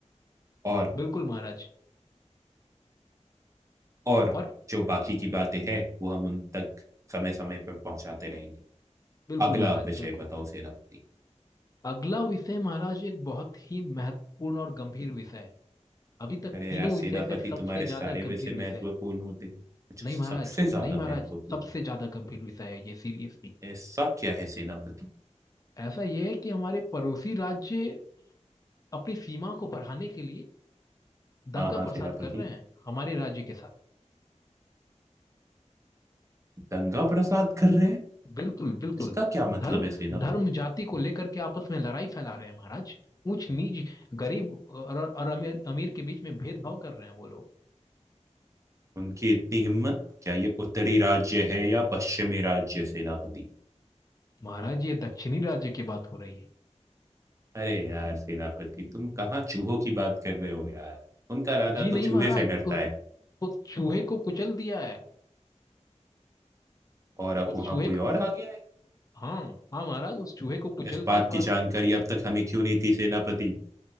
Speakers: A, on the right (about 25°); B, on the left (about 30°).
A: और
B: बिल्कुल महाराज
A: और
B: और
A: जो बाकी की बातें हैं वो हम उन तक समय समय पर पहुंचाते रहेंगे
B: बिल्कुल
A: अगला
B: महाराज
A: विषय
B: बिल्कुल
A: बताओ सेनापति
B: अगला विषय महाराज एक बहुत ही महत्वपूर्ण और गंभीर विषय है अभी तक
A: अरे
B: तीनों
A: यार सेनापति
B: विषय से सबसे
A: तुम्हारे
B: ज्यादा
A: सारे
B: गंभीर
A: विषय
B: विषय
A: महत्वपूर्ण
B: है
A: होते हैं अच्छा
B: नहीं
A: सबसे
B: महाराज
A: ज्यादा
B: नहीं महाराज
A: महत्वपूर्ण
B: सबसे ज्यादा गंभीर विषय है ये सीरियसली
A: ऐसा क्या है सेनापति
B: ऐसा ये है कि हमारे पड़ोसी राज्य अपनी सीमा को बढ़ाने के लिए दंगा
A: हाँ हाँ
B: प्रसाद
A: सेनापति
B: कर रहे हैं हमारे राज्य के साथ
A: दंगा प्रसाद कर रहे हैं
B: बिल्कुल बिल्कुल
A: इसका क्या मतलब
B: धर्म
A: है सेनापति
B: धर्म जाति को लेकर के आपस में लड़ाई फैला रहे हैं महाराज ऊंच नीच गरीब और, और अमीर अमीर के बीच में भेदभाव कर रहे हैं वो लोग
A: उनकी इतनी हिम्मत क्या ये उत्तरी राज्य है या पश्चिमी राज्य सेनापति
B: महाराज ये दक्षिणी राज्य की बात हो रही है
A: अरे यार सेनापति तुम कहाँ चूहों की बात कर रहे हो यार उनका राजा
B: जी
A: तो
B: नहीं
A: चूहे
B: महाराज
A: से डरता
B: उस
A: है
B: उस चूहे को कुचल दिया है
A: और अब
B: उस
A: वहां
B: चूहे
A: कोई
B: को
A: और आ गया है
B: हाँ हाँ महाराज उस चूहे को कुचल
A: इस बात
B: के
A: की
B: और
A: जानकारी अब तक हमें क्यों नहीं थी सेनापति